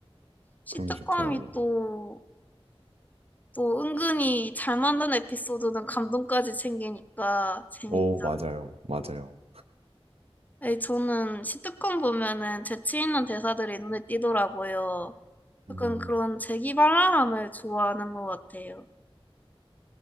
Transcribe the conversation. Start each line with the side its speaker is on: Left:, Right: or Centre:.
Left: 시트콤이
Right: 그런 게 좋더라고요.
Left: 또, 또 은근히 잘 만든 에피소드는 감동까지 챙기니까 재밌죠.
Right: 어, 맞아요. 맞아요.
Left: 아니, 저는 시트콤 보면은 재치 있는 대사들이 눈에 띄더라고요.
Right: 음,
Left: 약간 그런 재기발랄함을 좋아하는 것 같아요.